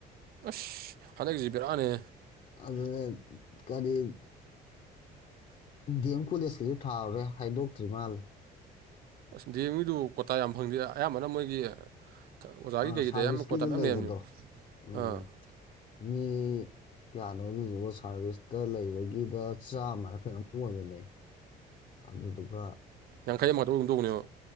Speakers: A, on the right; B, on the left.
A: ꯑꯁ ꯍꯟꯗꯛꯁꯤ ꯕꯦꯔꯥꯅꯦ
B: ꯑꯗꯨꯗ ꯀꯔꯤ ꯗꯤ ꯑꯦꯝ ꯀꯣꯂꯦꯖꯀꯤꯗꯤ ꯊꯥꯔꯦ ꯍꯥꯏꯗꯣꯛꯇ꯭ꯔꯤ ꯃꯥꯜꯂꯦ
A: ꯑꯁ ꯗꯤ ꯑꯦꯝ ꯒꯤꯗꯨꯕꯨ ꯀꯣꯇꯥ ꯌꯥꯝ ꯐꯪꯗꯦ ꯑꯌꯥꯝꯕꯅ ꯃꯣꯏꯒꯤ ꯑꯣꯖꯥꯒꯤ
B: ꯑ
A: ꯀꯩꯒꯤꯗ
B: ꯁꯥꯔꯚꯤꯁꯀꯤꯗ
A: ꯑꯌꯥꯝꯕ ꯀꯣꯇꯥ ꯃꯌꯥꯝ
B: ꯂꯩꯕꯗꯣ
A: ꯂꯩꯔꯝꯅꯦ
B: ꯎꯝ
A: ꯑꯥ
B: ꯎꯝ ꯃꯤ ꯀꯌꯥ ꯑꯗꯨꯗꯨꯒ ꯁꯥꯔꯚꯤꯁꯇ ꯂꯩꯕꯒꯤꯗ ꯆꯥꯝꯃꯈꯩꯃꯛ ꯑꯣꯏꯕꯅꯦ ꯑꯜꯗꯨꯥ
A: ꯌꯥꯡꯈꯩ ꯑꯃꯈꯛꯇ ꯑꯣꯏꯔꯝꯗꯧꯕꯅꯦꯕ